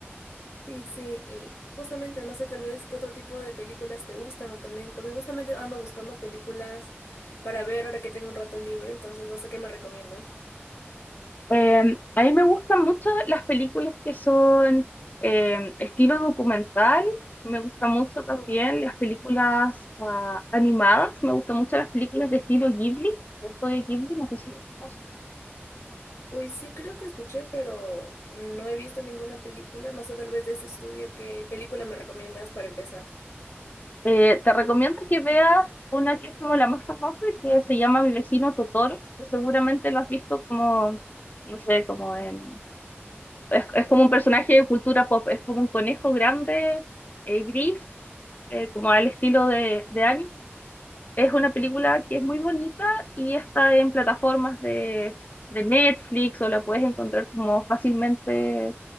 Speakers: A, on the left; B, on the left.
A: Sí, sí, y justamente no sé tal vez qué otro tipo de películas te gustan o también, porque justamente ando buscando películas para ver ahora que tengo un rato libre, entonces no sé qué me recomiendas.
B: Em, a mí me gustan mucho las películas que son em, estilo documental. Me gustan mucho también las películas ah, animadas. Me gustan mucho las películas de estilo Ghibli. El estudio Ghibli, no sé si lo conoces.
A: Uy, sí, creo que escuché, pero no he visto ninguna película, no sé tal vez de este estudio qué película me recomiendas para empezar.
B: Eh, te recomiendo que veas una que es como la más famosa, que se llama Mi vecino Totoro. que seguramente lo has visto como, no sé, como en... Es, es como un personaje de cultura pop. Es como un conejo grande, eh, gris, eh, como al estilo de, de anime Es una película que es muy bonita y está en plataformas de, de Netflix o la puedes encontrar como fácilmente